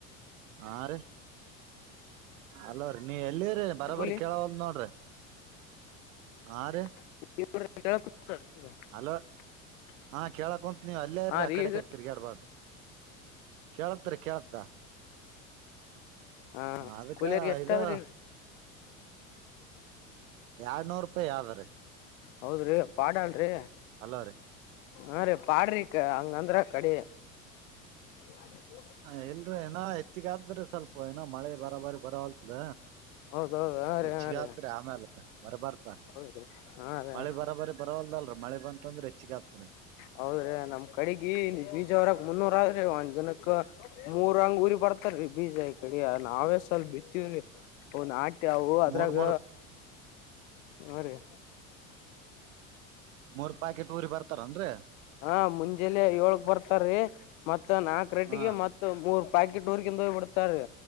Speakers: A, on the right; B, on the left.
A: ಹಾ ರಿ. ಅಲವ್ರೀ ನೀ ಎಲ್ಲಿರರಿ ಬರಬರಿ
B: ಕೂಲಿ
A: ಕೇಳ್ವಾಳ್ತ ನೋಡ್ರಿ. ಹಾ
B: <inaudible>
A: ರೀ ಅಲೋ ಹಾ ಕೇಳಕ್ ಕುಂತ್ ನೀವ್ ಅಲ್ಲೇ ಇರ್ರಿ
B: ಹಾ
A: ಆ
B: ರೀ
A: ಕಡೆ
B: ಈಗ
A: ಈ ಕಡೆ ತಿರ್ಗಾಡ್ಬಾರ್ದ. ಕೇೇಳತ್ರಿ ಕೇಳ್ತ.
B: ಹಾ
A: ಅದಕ್ಕ
B: ಕೂಲಿಯರ್ಗೆ ಎಷ್ಟಾದ್ರಿ.
A: ಇದು ಎರಡ್ನೂರ್ ರೂಪಾಯಿ ಯಾವ್ದ್ರೀ
B: ಹೌದ್ರಿ ಪಾಡ ಅಲ್ರರಿ.
A: ಅಲೋರಿ
B: ಹಾ ರೀ ಪಾಡ್ರಿ ಕ ಹಂಗಂದ್ರ ಕಡೆ. <inaudible>
A: ಹ ಇಲ್ರಿ ಏನ ಹೆಚ್ಚಿಗಾದ್ರೆ ಸ್ವಲ್ಪ ಏನ ಮಳೆ ಬರೋ ಬಾರಿ ಬರೋವಲ್ದ.
B: ಹೌದೌದ್ ಹಾ
A: ಹೆಚ್ಚಗ
B: ರೀ ಹಾ ರೀ
A: ಆತ್ರಿ ಆಮೇಲೆ. ಬರ ಬಾರತಾ
B: ಹೌದ್ರಿ ಹಾ ರೀ
A: ಮಳೆ ಬರಬರಿ ಬರವಲ್ದಲ್ರ ಮಳೆ ಬಂತಂದ್ರೆ ಹೆಚ್ಚಿಗೆ ಆತದ ರಿ.
B: ಹೌದ್ರಿ ನಮ್ ಕಡೆಗ ಇಲ್ಲಿ ಬೀಜವರಾಗ ಮುನ್ನೂರ ಆದ್ರಿ ಒಂದ್ ದಿನಕ್ಕ ಮೂರಂಗ ಬರ್ತಾರೀ ಬೀಜ ಈ ಕಡೆ ನಾವೇ ಸಲ್ ಬಿತ್ತವ್ರೀ ಅವ್ ಆ ತ್ಯಾವು ಅದ್ರಾಗ
A: ಮೂರ್ ಮೂರ್
B: ಹಾ ರಿ.
A: ಮೂರ್ ಪ್ಯಾಕೆಟ್ ಊರಿ ಬರ್ತಾರನ್ರರಿ.
B: ಹ ಮುಂಜೆಲೆ ಏಳಗ್ ಬರ್ತಾರೀ ಮತ್ತ ನಾಕ ರೆಟಿಗೆ
A: ಹಾ
B: ಮತ್ ಮೂರ್ ಪ್ಯಾಕೆಟ್ ಊರ್ಕಿಿಂದ ಹೋಗ್ ಬಿಡ್ತಾರೀ